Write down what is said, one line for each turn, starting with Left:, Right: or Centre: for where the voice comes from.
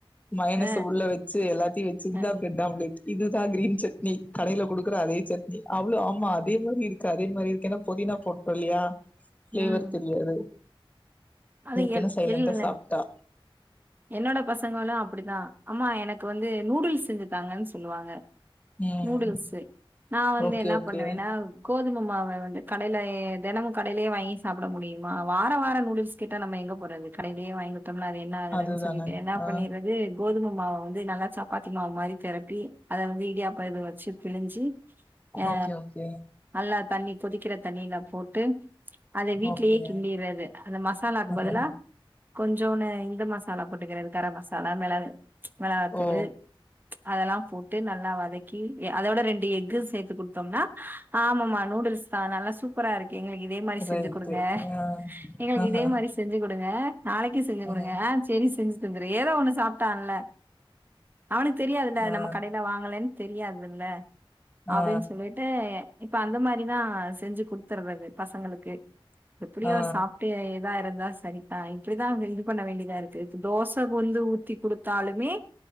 Left: மைனஸ்
Right: அ
Left: உள்ள வச்சி எல்லாதையு வச்சிட்
Right: அ
Left: தா இருக் ட் ஆம்லெட் இதுதா கிரீன் சட்னி கடையில குடுக்குற அதே சட்னி அவ்ளோ ஆமா அதே மாரி இருக்க அதே மாரி இருக்கே ஏனா பொதினா போட்டோ இல்லியா பிளேவர்
Right: ம்
Left: தெரியாது
Right: அது
Left: இருக்குனு
Right: எல்
Left: சைலன்டா
Right: எல்
Left: சாப்டா
Right: என்னோட பசங்களு அப்டிதா அம்மா எனக்கு வந்து நூடுல்ஸ் செஞ்சி தாங்கன் சொல்லுவாங்க
Left: ம்
Right: நூடுல்ஸே நா வந்து
Left: ஓகே
Right: என்ன
Left: ஓகே
Right: பண்ணுவேனா கோதும மாவ வந்து கடையிலயை தினமும் கடையிலே வாங்கி சாப்ட முடியுமா வாரா வாரா நூடுல்ஸ் கேட்டா நம்ம எங்க போறது கடையிலேயே வாங்கி குத்தம்னா அது என்ன ஆகறதுன்
Left: அதுதானே
Right: சொல்லிட்டு என்னா
Left: ஆ
Right: பண்ணீறது கோதும மாவ வந்து நல்லா சப்பாத்தி மாவு மாரி தெரட்டி அத வந்து இடியாப்ப இதுல வச்சி பிழிஞ்சி அ
Left: ஓகே ஓகே
Right: நல்லா தண்ணி கொதிக்கிற தண்ணில போட்டு அத வீட்லயே
Left: ஓகே
Right: கிண்டிறது அந்த மசாலாகு
Left: ஆஹ
Right: பதிலா கொஞ்சோனு இந்த மசா சாலா போட்டுகிற கர மசாலா மெளகு மெளகா
Left: ஓ
Right: தூளு அதெல்லா போட்டு நல்லா வதக்கி அதோட ரெண்டு எக்கு சேர்த்து குடுத் தும்னா ஆமம்மா நூடுல்ஸ் தா நல்லா சூப்பரா இருக் எங்ளுக்கு இதே மாரி
Left: ரைட்டு
Right: செஞ்ஜி குடுங்க
Left: ஆ
Right: எங்ளுக்கு
Left: ஆஹஹ
Right: இதே மாரி செஞ்ஜி குடுங்க நாளைக்கி செஞ்ஜி
Left: ஆஹ
Right: குடுங்க ஆ சரி செஞ்ஜி தந்துர்றே ஏதோ ஒன்னு சாப்ட்டால அவனுக்கு தெரியாதுல்ல
Left: ஆ
Right: நம்ம கடையில வாங்கலன் தெரியாதுல்ல அப்டின்
Left: ஆ
Right: சொல்லிட்டு இப்ப அந்த மாரிதா செஞ்சு குடுத்துருறது பசங்களுக்கு எப்படியோ
Left: ஆ
Right: சாப்ட்டு வேறதா சரிதா இப்படிதா இது பண்ண வேண்டியதாருக்கு தோசை வந்து ஊத்தி குடுத்தாலுமே